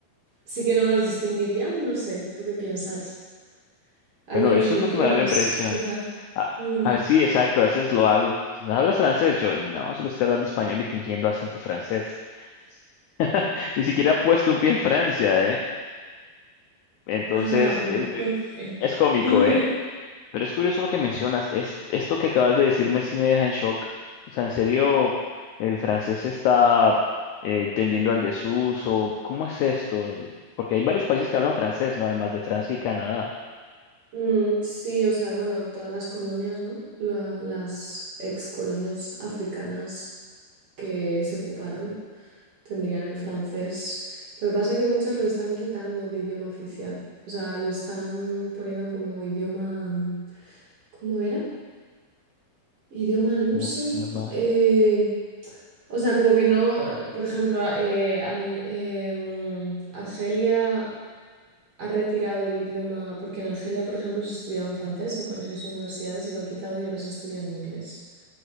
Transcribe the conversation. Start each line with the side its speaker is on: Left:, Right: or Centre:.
Right: sí que no los distinguirían, no sé, ¿tú qué piensas? Allí
Left: Bueno,
Right: en
Left: eso
Right: Filipinas,
Left: es lo que me da la impresión.
Right: quizá.
Left: Ah,
Right: Mm.
Left: ah, sí, exacto, a veces lo hago. Si no hablas francés, yo no, solo estoy hablando español y fingiendo acento francés. <laughs> Ni siquiera he puesto un pie en Francia, ¿eh? Entonces
Right: Ah, mm,
Left: es muy,
Right: ok.
Left: es cómico,
Right: <laughs>
Left: ¿eh? Pero es curioso lo que mencionas. Es, esto que acabas de decirme sí me deja en shock. O sea, en serio, el francés está eh, tendiendo al desuso. ¿Cómo es esto? Porque hay varios países que hablan francés, ¿no? Además de Francia y Canadá.
Right: Mm, sí, o sea, bueno, todas las colonias, ¿no? La- las ex colonias africanas que se ocuparon. tendrían el francés. Lo que pasa es que muchas lo están quitando de idioma oficial. O sea, lo están poniendo como idioma, ¿cómo era? Idioma al uso.
Left: como un idioma.
Right: Eh, o sea, como que no, por ejemplo, a- eh, al- em, Argelia ha retirado el idioma, porque en Argelia, por ejemplo, se estudiaba en francés en colegios y universidades y lo ha quitado y ahora se estudia en inglés.